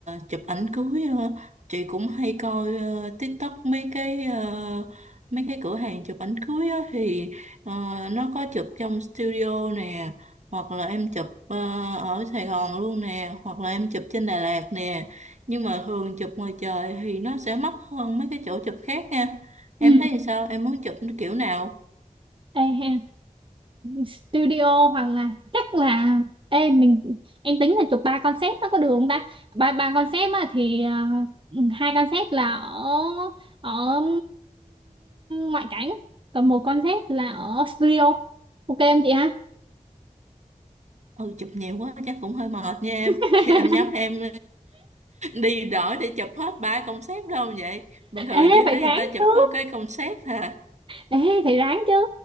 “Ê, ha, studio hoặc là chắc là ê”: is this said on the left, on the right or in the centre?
Right